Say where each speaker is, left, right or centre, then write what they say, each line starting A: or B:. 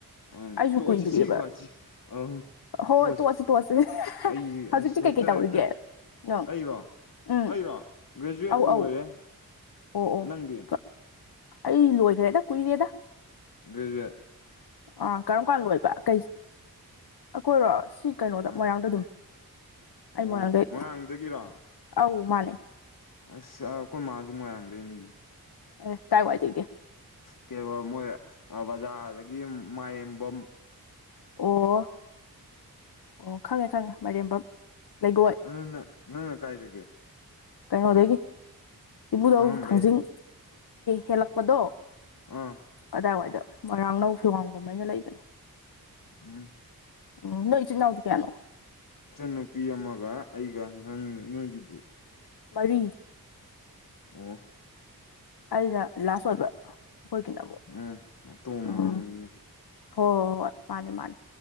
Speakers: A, on the left (about 60°); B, on the left (about 85°).
A: ꯎꯝ
B: ꯑꯩꯁꯨ
A: ꯇꯨ
B: ꯀꯨꯏꯗ꯭ꯔꯤꯑꯕ
A: ꯁꯤꯀꯁꯤ <inaudible> ꯑ
B: ꯍꯣꯏ
A: ꯄꯣꯠꯁꯤ
B: ꯇꯣꯛꯑꯁꯤ ꯇꯣꯛꯑꯁꯤ
A: ꯑꯩꯁ
B: ꯍꯧꯖꯤꯛꯇꯤ
A: ꯑꯁ
B: ꯀꯩꯀꯩ
A: ꯍꯦꯛꯇ
B: ꯇꯧꯔꯤꯒꯦ
A: ꯍꯦꯛꯇ <inaudible>
B: ꯅꯪ
A: ꯑꯩꯔꯣ
B: ꯎꯝ
A: ꯑꯩꯔꯣ ꯒ꯭ꯔꯦꯖꯨꯑꯦꯠ
B: ꯑꯧ
A: ꯂꯣꯏꯔꯦ
B: ꯑꯧ ꯑꯣ ꯑꯣ
A: ꯅꯪꯗꯤ
B: ꯑꯩ ꯂꯣꯏꯈ꯭ꯔꯦꯗ ꯀꯨꯏꯔꯦꯗ
A: ꯖ <inaudible>
B: ꯑꯥ ꯀꯔꯝꯀꯥꯟ ꯂꯣꯏꯕ ꯀꯩ ꯑꯩꯈꯣꯏꯔꯣ ꯁꯤ ꯀꯩꯅꯣꯗ
A: ꯑ
B: ꯃꯣꯏꯔꯥꯡꯗ ꯑꯗꯨꯝ
A: ꯑꯣ
B: ꯑꯩ ꯃꯣꯏꯔꯥꯡꯗꯩ
A: ꯃꯣꯏꯔꯥꯡꯗꯒꯤꯔꯣ
B: ꯑꯥꯎ ꯃꯥꯅꯦ
A: ꯑꯁ ꯑꯩꯈꯣꯏ ꯃꯥꯁꯨ ꯃꯣꯏꯔꯥꯡꯗꯩꯅꯤ
B: ꯑꯦ ꯀꯥꯢ ꯋꯥꯏꯗꯒꯤ
A: ꯀꯩ ꯃꯣꯏ ꯕꯖꯥꯔꯗꯒꯤ ꯃꯥꯂꯦꯝꯕꯝ
B: ꯑꯣ ꯑꯣ ꯈꯪꯉꯦ ꯈꯪꯉꯦ ꯃꯥꯏꯔꯦꯝꯕꯝ ꯂꯩꯒꯣ
A: ꯅꯪꯅ ꯅꯪꯅ ꯀꯥꯏꯗꯒꯤ
B: ꯀꯩꯅꯣꯗꯒꯤ ꯏꯕꯨꯙꯧ
A: ꯈꯪꯉꯝꯕ
B: ꯊꯥꯡꯖꯤꯡ
A: ꯌꯥꯏ
B: ꯍꯦꯜꯂꯛꯄꯗꯣ
A: ꯑꯥ
B: ꯑꯗꯥꯏꯋꯥꯏꯗ ꯃꯣꯏꯔꯥꯡ ꯅꯧ ꯐꯤꯋꯥꯡꯒꯨꯝꯃ ꯍꯥꯏꯅ ꯂꯩꯕꯅꯦ
A: ꯎꯝ
B: ꯎꯝ ꯅꯣꯏ ꯏꯆꯤꯟ ꯏꯅꯥꯎꯗꯤ ꯀꯌꯥꯅꯣ
A: ꯏꯆꯟꯅꯨꯄꯤ ꯑꯃꯒ ꯑꯩꯒ ꯅꯪ ꯅꯣꯏꯒꯤꯗꯤ
B: ꯃꯔꯤ
A: ꯑꯣ
B: ꯑꯩꯅ ꯂꯥꯁ ꯑꯣꯏꯕ ꯑꯩꯈꯣꯢꯒꯤꯅ ꯑꯃꯨꯛ
A: ꯎꯝ ꯑꯇꯣꯡꯕꯅꯤꯅꯦ
B: ꯎꯝ ꯍꯣꯏ ꯍꯣꯏ ꯍꯣꯏ ꯃꯥꯅꯤ ꯃꯥꯅꯤ